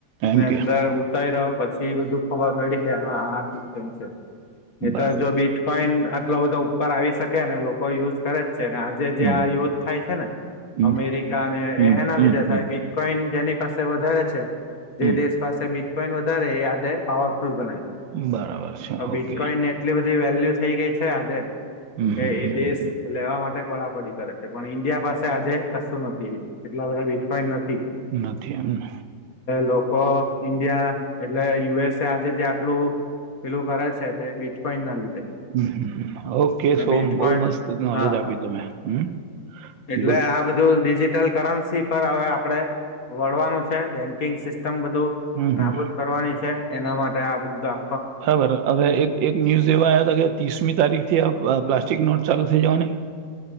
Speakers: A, on the right; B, on the left.
A: એમ
B: ને
A: કે
B: અંદર ઉતારી રહ્યો પછી બધું ખબર પડી કે હા આ કેમ છે એ
A: બરાબર
B: તો જો
A: છે
B: બીચ કોઈન આટલો બધો ઉપર આવી શકે ને લોકો યુઝ કરે છે આજે
A: હમ
B: જે આ યુદ્થ થાય છે નેને
A: હમ
B: અમેરિકા ને
A: હમ
B: એ એના
A: હમ
B: લીધે
A: હમ
B: થાય બીટકોઈન એની પાસે વધારે છે જે
A: હમ
B: દેશ પાસે બીચ પોઈન્ટ વધારે એ આજે પાવર ગણ
A: બરાબર છે
B: તો બીટકોઈને
A: ઓકે
B: એટલી બધ વેલ્યુ થઈ ગઈ છે આજે
A: હમ
B: કે
A: હમ હમ
B: એ દેશ લેવા માટે પ કરે છે પણ ઈન્ડિયા પાસે આજે કશું નથી એટલા બધાીટકોઈ
A: નથી એમને
B: લોકો ઈન્ડિયા એટલે યુએસ એ આજે જે આટલું પેલું કરે છે તે વજપઈ ના લીધે
A: હમ હ હ કે સોમ
B: બીટકોઈન
A: બહુ મસ્ત નોલેજ
B: હા
A: આપી તમે હમ
B: એટલે
A: ગુડ
B: આ બધું ડિજિટલ કરન્સી પર હવે આપડણે વળવાનું છે બેન્કિંગ સિસ્ટમ સમ બધું
A: હમ હમ
B: નાબૂદ કરવાની છે એના માટે આ બધા
A: બરાબર હવે એક એક ન્યુઝ વા આવ કે ત્રીસમી તારીખથી આ પ્લાસ્ટિક નોટ ચાલુ થઇ જવા ને